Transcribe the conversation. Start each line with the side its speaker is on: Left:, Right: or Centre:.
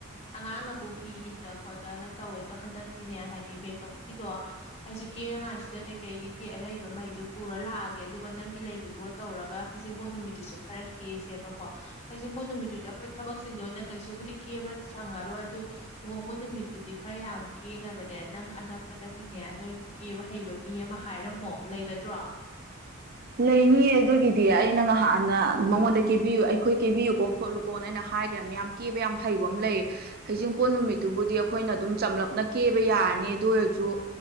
Left: ꯑꯉꯥꯡꯅꯕꯨ ꯐꯤ ꯏꯟꯗ ꯈꯣꯠꯇꯅ ꯇꯧꯋꯦ ꯑꯗꯣ ꯍꯟꯗꯛꯇꯤꯅꯦ ꯍꯥꯏꯗꯤ ꯃꯦꯀꯞꯀꯤꯗꯣ ꯑꯩꯁꯨ ꯀꯦꯅꯉꯥꯏꯁꯤꯗ ꯀꯩꯀꯩꯒꯤ ꯑꯔꯩꯕ ꯃꯍꯩꯗꯨ ꯄꯨꯔ ꯂꯥꯛꯑꯒꯦ ꯑꯗꯨꯒ ꯅꯪꯒꯤ ꯂꯩꯕꯗꯨꯒ ꯇꯧꯔꯒ ꯍꯩꯖꯤꯡꯕꯣꯠ ꯅꯨꯃꯤꯠꯇꯨꯁꯨ ꯈꯔ ꯀꯦꯁꯦꯕꯀꯣ ꯍꯩꯖꯤꯡꯕꯣꯠ ꯅꯨꯃꯤꯠꯇꯗꯤ ꯑꯩꯈꯣꯏ ꯊꯕꯛꯁꯤꯡꯗ ꯑꯣꯏꯅ ꯀꯩꯁꯨꯕꯨꯗꯤ ꯀꯦꯕ ꯆꯪꯉꯔꯣꯏ ꯑꯗꯨ ꯂꯨꯍꯣꯡꯕ ꯅꯨꯃꯤꯠꯇꯨꯗꯤ ꯈꯔ ꯌꯥꯝ ꯀꯦꯅꯕꯅꯦ ꯅꯪ ꯑꯅꯛꯄꯗꯗꯒꯤꯅꯦ ꯅꯣꯏ ꯀꯦꯕ ꯍꯩꯕ ꯃꯤ ꯑꯃ ꯍꯥꯏꯔꯝꯃꯣ ꯂꯩꯒꯗ꯭ꯔꯣ
Right: ꯂꯩꯅꯤꯌꯦ ꯑꯗꯨꯒꯤꯗꯤ ꯑꯩꯅ ꯉꯍꯥꯟꯅ ꯃꯉꯣꯟꯗ ꯀꯦꯕꯤꯌꯨ ꯑꯩꯈꯣꯏ ꯀꯦꯕꯤꯌꯨꯀꯣ ꯈꯣꯠꯂꯨꯀꯣꯅ ꯑꯩꯅ ꯍꯥꯏꯈ꯭ꯔꯕꯅꯤ ꯌꯥꯝ ꯀꯦꯕ ꯌꯥꯝ ꯍꯩꯕ ꯑꯃ ꯂꯩꯌꯦ ꯍꯩꯖꯤꯡꯄꯣꯠ ꯅꯨꯃꯤꯠꯇꯨꯕꯨꯗꯤ ꯑꯩꯈꯣꯏꯅ ꯑꯗꯨꯝ ꯆꯝꯂꯞꯅ ꯀꯦꯕ ꯌꯥꯔꯅꯤ ꯑꯗꯨ ꯑꯣꯏꯔꯁꯨ